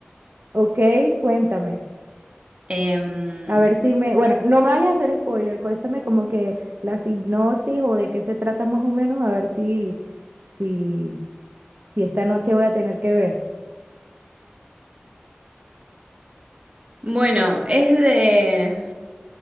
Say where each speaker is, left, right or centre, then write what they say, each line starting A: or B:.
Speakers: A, on the right (about 50°); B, on the right (about 25°).
A: Ok, cuéntame.
B: Em,
A: A ver si me, bueno, no me vayas a hacer spoiler, cuéntame como que la hipnosis o de qué se trata más o menos, a ver si, si, si esta noche voy a tener que ver.
B: bueno, es de,